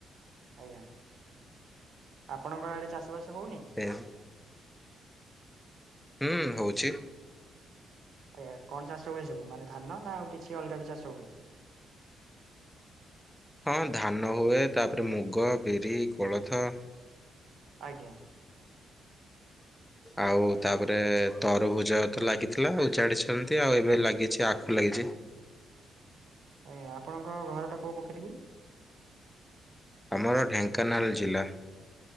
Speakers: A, on the right; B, in the centre.
A: ଆଜ୍ଞା। ଆପଣଙ୍କ ଆଡେ ଚାଷ ବାସ ହଉନି?
B: ଏହା ହୁଁ ହଉଛି।
A: ଆଜ୍ଞା। କଣ ଚାଷ ହୁଏ ସବୁ ମାନେ ଧାନ ନା ଆଉ କିଛି ଅଲଗା ବି ଚାଷ ହୁଏ?
B: ହଁ ଧାନ ହୁଏ। ତାପରେ ମୁଗ, ବିରି, କୋଳଥ
A: ଆଜ୍ଞା।
B: ଆଉ ତାପରେ ତରଭୁଜ ତ ଲାଗିଥିଲା ଉଜାଡିଛନ୍ତି ଆଉ ଏବେ ଲାଗିଛି ଆଖୁ ଲାଗିଛି।
A: ଏ ଆପଣଙ୍କ ଘରଟା କୋଉ ପୋଖରୀ କି?
B: ଆମର ଘର ଢେଙ୍କାନାଳ ଜିଲ୍ଲା।